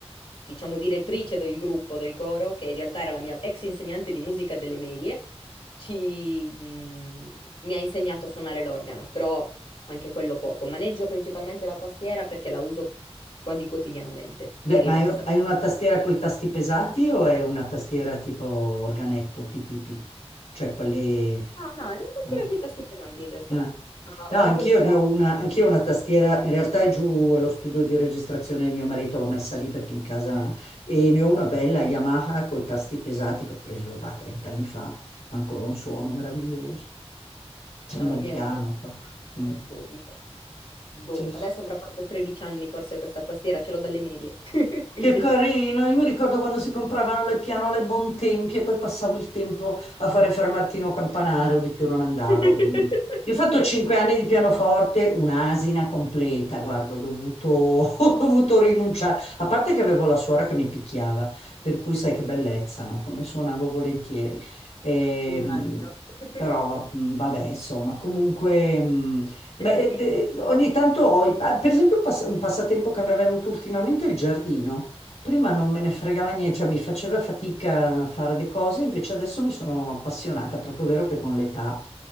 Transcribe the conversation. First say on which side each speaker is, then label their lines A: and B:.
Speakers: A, on the left (about 60°); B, on the left (about 90°).
A: diciamo, direttrice del gruppo, del coro, che in realtà era la mia ex insegnante di musica delle medie, ci, mh, mi ha insegnato a suonare l'organo, però anche quello poco. Maneggio principalmente la tastiera perché la uso quasi quotidianamente, mi
B: Beh,
A: rilassa.
B: ma hai hai una tastiera con i tasti pesati o è una tastiera tipo organetto, pli pli pli? Cioè quelle...
A: Ah, no, è una tastiera
B: ah.
A: con i tasti pesanti in realtà.
B: Eh.
A: Ah,
B: No,
A: ho
B: anch'io
A: anche il pedale.
B: ne ho una, anch'io ho una tastiera, in realtà è giù allo studio di registrazione di mio marito, l'ho messa lì perché in casa e ne ho una bella Yamaha con i tasti pesati che ho preso bah, 30 anni fa, ma ancora un suono meraviglioso, sembra
A: No, la
B: un
A: mia
B: piano
A: è un po'...
B: proprio.
A: ah,
B: Mm.
A: Boh, boh.
B: Sì, sì.
A: Adesso avrà fatto 13 anni forse questa tastiera, ce l'ho dalle medie, <laughs> quindi...
B: Che carino, io mi ricordo quando si compravano le pianole Bontempi e poi passavo il tempo a fare Fra Martino Campanaro, di più non andavo.
A: <laughs>
B: Mm. Io ho fatto cinque anni di pianoforte, un'asina completa, guarda, ho dovuto, <laughs> ho dovuto rinunciare, a parte che avevo la suora che mi picchiava, per cui sai che bellezza, no? Come suonavo volentieri. Ehm,
A: Immagino. <laughs>
B: però va- mm, vabbè, insomma, comunque... mm, ma,
A: Esperienza.
B: eh, de- ogni tanto ho, i- ah, per esempio, un pass- un passatempo che mi è venuto ultimamente è il giardino. Prima non me ne fregava niente, cioè mi faceva fatica a fare le cose, invece adesso mi sono appassionata, è proprio vero che con l'età